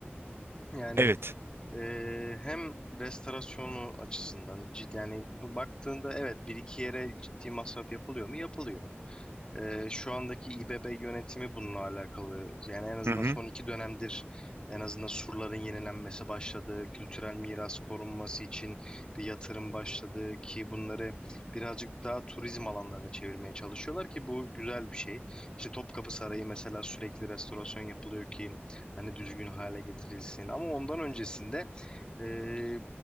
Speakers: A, on the left (about 20°); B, on the right (about 70°).
A: Yani
B: Evet.
A: ee, hem restorasyonu açısından cid- yani bu- baktığında evet bir iki yere ciddi masraf yapılıyor mu? Yapılıyor. Ee, şu andaki İBB yönetimi bununla alakalı. Yani en azından
B: Hı hı.
A: son iki dönemdir en azından surların yenilenmesi başladı. Kültürel miras korunması için bir yatırım başladı ki bunları birazcık daha turizm alanlarına çevirmeye çalışıyorlar ki bu güzel bir şey. İşte Topkapı Sarayı mesela sürekli restorasyon yapılıyor ki hani düzgün hale getirilsin. Ama ondan öncesinde e,